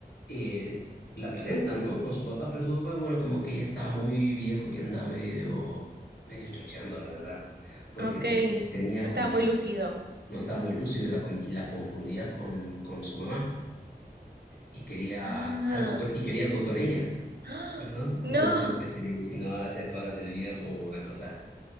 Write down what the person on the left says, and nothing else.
eh, la presentan, ¿no? Con su papá, pero su papá, bueno, como que ya estaba muy viejo y andaba medio, medio chocheando, la verdad, porque
te- te- tenía
como,
no estaba muy lúcido y la, con- y la confundía con, con su mamá y quería
algo con, y quería algo con ella,
¿no?
Entonces como que se le insinuaba hacia cosas del viejo, una cosa,